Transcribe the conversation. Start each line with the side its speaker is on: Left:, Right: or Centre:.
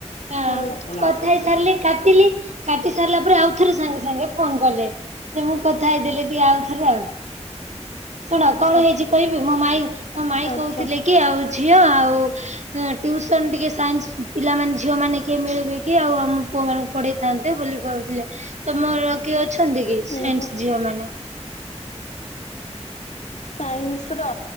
Right: ହଁ
Left: ହୁଁ
Right: କଥା
Left: ହୁଁ
Right: ହେଇସାରିଲି କାଟିଲି। କାଟି ସାରିଲା ପରେ ଆଉଥରେ ସାଙ୍ଗେ ସାଙ୍ଗେ ଫୋନ କଲେ ସେ ମୁଁ କଥା ହେଇଦେଲେ ଟିକେ ଆଉଥରେ ଆଉ। ଶୁଣ
Left: ଆଛା
Right: କଣ ହେଇଛି କହିବି ମୋ ମାଇ ମୋ ମାଇଁ
Left: ଆଛା
Right: କହୁଥିଲେ କି ଆଉ ଝିଅ ଆଉ ଟ୍ୟୁସନ ଟିକେ ସାଇନ୍ସ ପିଲାମାନୋନେ ଝିଅ ମାନେ କିଏ ମିଳିବ କି ଆଉ ଆମ ପୁଅ ମାନଙ୍କୁ ପଢେଇ ଥାନ୍ତେ ବୋଲି କହୁଥିଲେ? ତମର କିଏ ଅଛନ୍ତି କି ସାଇନ୍ସ
Left: ଉଁ ହୁଁ।
Right: ଝିଅ ମାନେ?
Left: ସାଇନ୍ସ ର